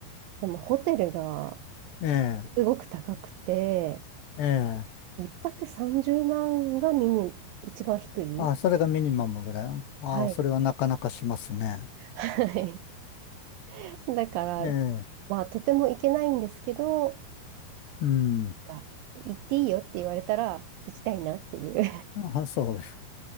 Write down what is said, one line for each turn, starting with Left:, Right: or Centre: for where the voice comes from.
Right: でもホテルが
Left: え
Right: すごく高くて、
Left: え、ええ、
Right: 一泊30万がミニ、一番低い。
Left: あ、それがミニマムぐらい。あ、
Right: はい。
Left: それはなかなかしますね。
Right: はい <laughs> だから、
Left: ええ、
Right: まあ、とても行けないんですけど、
Left: うん、
Right: が行っていいよって言われたら行きたいなっていう
Left: あ、そうです。